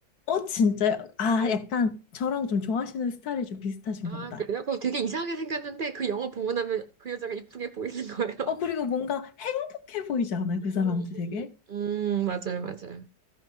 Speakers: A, on the left (about 65°); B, on the right (about 85°).
A: 어, 진짜요? 아,
B: 네.
A: 약간 저랑 좀 좋아하시는 스타일이 좀 비슷하신가
B: 아,
A: 보다.
B: 그래요? 그거 되게 이상하게 생겼는데 그 영화 보고 나면 그 여자가 이쁘게 보이는 거예요.
A: 어, 그리고 뭔가 행복해 보이지 않아요?
B: 음,
A: 그 사람들 되게?
B: 음, 음, 맞아요, 맞아요.